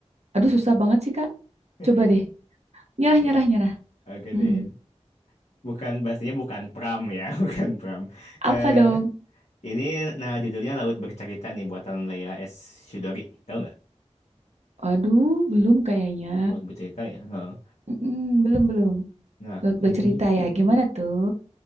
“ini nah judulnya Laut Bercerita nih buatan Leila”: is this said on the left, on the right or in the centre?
Left